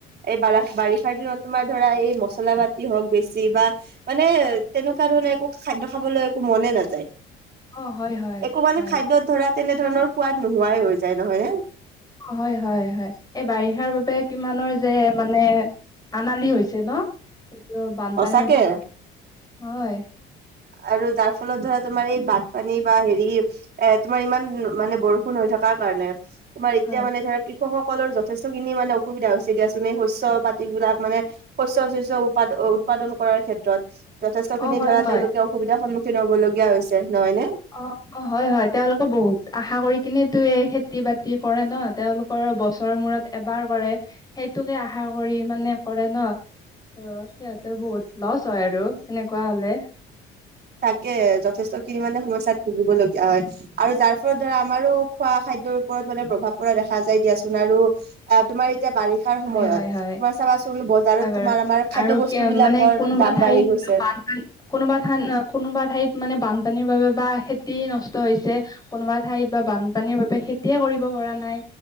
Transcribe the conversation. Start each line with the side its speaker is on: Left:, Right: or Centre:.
Right: এই বাৰ
Left: অ
Right: বাৰিষাৰ দিনত- তোমাৰ ধৰা এই মছলা পাতি হওঁক বেছি বা- মানে তেনেকুৱা ধৰণে একো খাদ্য খাবলৈ একো মনে নাযায়।
Left: অঁ হয়, হয়।
Right: একো মানে
Left: হয়
Right: খাদ্যত ধৰা তেনেধৰণৰ সোৱাদ নোহোৱাই হৈ যায় নহয় নে?
Left: হয়, হয়, হয়, এই বাৰিষাৰ বাবে কিমানৰ যে মানে- আনালি হৈছে ন, এইটো বানপানীৰ,
Right: সঁচাকে
Left: হয়।
Right: আৰু যাৰ ফলত ধৰা তোমাৰ এই বানপানী বা হেৰি- এ তোমাৰ ইমান মানে বৰষুণ হৈ থকাৰ কাৰণে। তোমাৰ এতিয়া
Left: হয়
Right: মানে ধৰা- কৃষকসকলৰ যথেষ্টখিনি মানে অসুবিধা হৈছে দিয়াচোন। এই শস্য পাতিবলাক মানে- শস্য -চস্য উৎপাদ আ উৎপাদন কৰাৰ ক্ষেত্ৰত। যথেষ্ট খিনি
Left: অ হয়
Right: ধৰা
Left: হয়
Right: তেওঁলোকে অসুবিধাৰ সন্মুখীন হ'বলগীয়া হৈছে নহয় নে?
Left: অঁ, অঁ, হয়, হয়। তেওঁলোকে- ত বহুত আশা কৰি কিনে তো এই খেতি বাতি কৰে ন, তেওঁলোকৰ বছৰ মূৰত এবাৰ কৰে। সেইটোকে আশা কৰি মানে কৰে ন। অঁ সিহঁতৰ বহুত লচ হয় আৰু এনেকুৱা হলে।
Right: তাকে যথেষ্টখিনি মানে সমস্যাত ভুগিবলগীয়া হয়। আৰু যাৰ ফলত ধৰা আমাৰো খোৱা খাদ্যৰ ওপৰত মানে প্ৰভাৱ পৰা দেখা যায় দিয়াচোন আৰু- অঁ তোমাৰ এতিয়া বাৰিষা- বাৰিষাৰ সময়ত
Left: হয় হয় হয়
Right: তোমাৰ চাবা চোন বজাৰত
Left: হয় বাৰু
Right: তোমাৰ আমাৰ খাদ্য
Left: আৰু
Right: বস্তু
Left: কে
Right: বিলাকৰ
Left: মানে কোনোবা
Right: দাম
Left: ঠাইত
Right: বাঢ়ি গৈছে।
Left: বানপানী কোনোবা ঠান অঁ কোনোবা ঠাইত মানে বানপানীৰ বাবে বা খেতি নষ্ট হৈছে। কোনোবা ঠাইত বা বানপানীৰ বাবে খেতিয়ে কৰিব পৰা নাই।